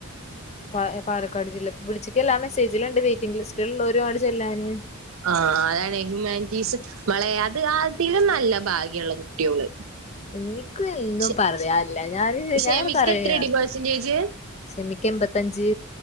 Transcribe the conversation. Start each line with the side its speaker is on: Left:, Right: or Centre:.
Left: പ ഏഹ് പാലക്കാട് ജില്ല വിളിച്ചിക്ക് എല്ലാ മെസേജിലിണ്ട് വെയിറ്റിങ് ലിസ്റ്റിലുള്ളോര് അങ്ങട് ചെല്ലാന്.
Right: ആഹ് അതാണേ ഹ്യൂമാനിറ്റീസ് മാളെ അത് അതിലും നല്ല ഭാഗ്യുള്ള കുട്ടിയോള്.
Left: എനിക്ക് എന്നും
Right: ക്ഷെ
Left: പറയാൻല്ല ഞാൻ
Right: ക്ഷമിക്ക്
Left: ഞാൻ പറയാ.
Right: എത്രടി പെർസെന്റേജ്?
Left: ഷെമിക്ക് എമ്പത്തഞ്ച്